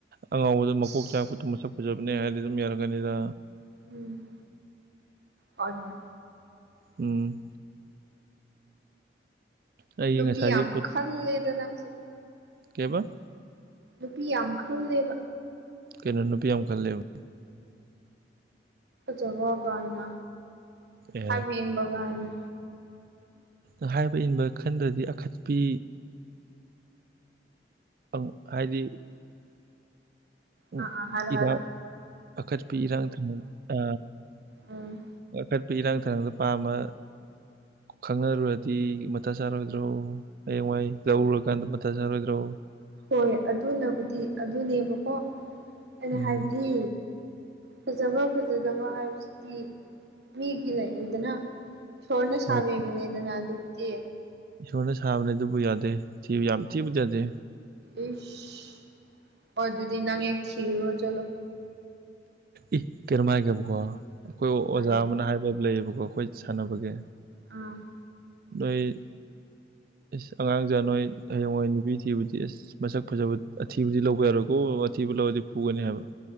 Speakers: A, on the right (about 55°); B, on the right (about 75°).
A: ꯑꯉꯥꯎꯕꯗ
B: ꯏꯁ
A: ꯃꯀꯣꯛ ꯆꯥꯛꯄꯗꯣ ꯃꯁꯛ ꯐꯖꯕꯅꯦ ꯍꯥꯏꯔꯗꯤ ꯗꯨꯝ ꯌꯥꯔꯛꯀꯅꯤꯗ
B: ꯎꯝ ꯍꯣꯏ ꯍꯣꯏ
A: ꯎꯝ ꯑꯩꯒꯤ
B: ꯅꯨꯄꯤ
A: ꯉꯁꯥꯏꯒꯤ
B: ꯌꯥꯝ
A: ꯄꯣꯠ
B: ꯈꯜꯂꯦꯗ ꯅꯪꯁꯦ
A: ꯀꯩꯕ
B: ꯅꯨꯄꯤ ꯌꯥꯝ ꯈꯜꯂꯦꯕ
A: ꯀꯩꯅꯣ ꯅꯨꯄꯤ ꯌꯥꯝ ꯈꯜꯂꯦꯕ
B: ꯐꯖꯕ ꯒꯥꯏꯅ
A: ꯑꯦ
B: ꯍꯥꯏꯕ ꯏꯟꯕ ꯒꯥꯏꯅ
A: ꯏ ꯍꯥꯏꯕ ꯏꯟꯕ ꯈꯟꯗ꯭ꯔꯗꯤ ꯑꯈꯠꯄꯤ ꯑꯪ ꯍꯥꯏꯗꯤ ꯎꯝ
B: ꯑꯥ ꯑꯥ ꯍꯥꯏꯔꯣ
A: ꯏꯔꯥꯛ
B: ꯍꯥꯏꯔꯣ
A: ꯑꯈꯠꯄꯤ ꯏꯔꯥꯡ ꯇꯧ ꯑ
B: ꯎꯝ
A: ꯑꯈꯠꯄꯤ ꯏꯔꯥꯡ ꯊꯥꯡꯕꯗ ꯄꯥꯝꯃ ꯈꯪꯅꯔꯨꯔꯗꯤ ꯃꯊꯥ ꯁꯥꯔꯣꯏꯗ꯭ꯔꯣ ꯍꯌꯦꯡꯋꯥꯏ ꯂꯧꯔꯨꯔꯀꯥꯟꯗ ꯃꯊꯥ ꯁꯥꯔꯣꯏꯗ꯭ꯔꯣ
B: ꯍꯣꯏ ꯑꯗꯨꯅꯕꯨꯗꯤ ꯑꯗꯨꯅꯦꯕꯀꯣ ꯑꯩꯅ
A: ꯎꯝ
B: ꯍꯥꯏꯕꯗꯤ ꯐꯖꯕ ꯐꯖꯗꯕ ꯍꯥꯏꯕꯁꯤꯗꯤ ꯃꯤꯒꯤ ꯂꯩꯗꯅ ꯏꯁꯣꯔꯅ ꯁꯥꯕꯤꯕꯅꯤꯗꯅ
A: ꯍꯣꯏ
B: ꯑꯗꯨꯗꯤ
A: ꯏꯁꯣꯔꯅ ꯁꯥꯕꯅꯦ ꯑꯗꯨꯕꯨ ꯌꯥꯗꯦ ꯊꯤꯕ ꯌꯥꯝ ꯊꯤꯕꯗꯤ ꯌꯥꯗꯦ
B: ꯏꯁ ꯑꯗꯨꯗꯤ ꯅꯪ ꯍꯦꯛ ꯊꯤꯔꯨꯔꯣ ꯆꯠꯂꯣ
A: ꯏ ꯀꯩꯅꯣꯝ ꯍꯥꯏꯒꯦꯕꯀꯣ ꯑꯩꯈꯣꯏ ꯑꯣꯖꯥ
B: ꯍꯥꯏꯌꯣ
A: ꯑꯃꯅ ꯍꯥꯏꯕꯝ ꯂꯩꯌꯦꯕꯀꯣ ꯑꯩꯈꯣꯏ ꯁꯥꯟꯅꯕꯒꯤ
B: ꯎꯝ
A: ꯅꯣꯢ ꯏꯁ ꯑꯉꯥꯡꯖꯥ ꯅꯣꯏ ꯍꯌꯦꯡꯋꯥꯏ ꯅꯨꯄꯤ ꯊꯤꯕꯗꯤ ꯏꯁ ꯃꯁꯛ ꯐꯖꯕ ꯑꯊꯤꯕꯗꯤ ꯂꯧꯕ ꯌꯥꯔꯣꯏꯀꯣ ꯑꯊꯤꯕ ꯂꯧꯔꯗꯤ ꯐꯨꯒꯅꯤ ꯍꯥꯏꯕ